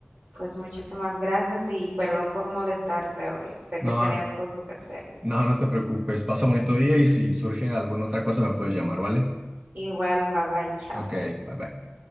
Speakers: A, on the right (about 50°); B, on the right (about 25°).
A: Pues muchísimas gracias y perdón por molestarte hoy. Sé
B: No,
A: que tenías cosas que hacer.
B: no, no te preocupes. Pasa bonito día y si surge alguna otra cosa me puedes llamar, ¿vale?
A: Igual, bye bye, chao.
B: Ok, bye bye.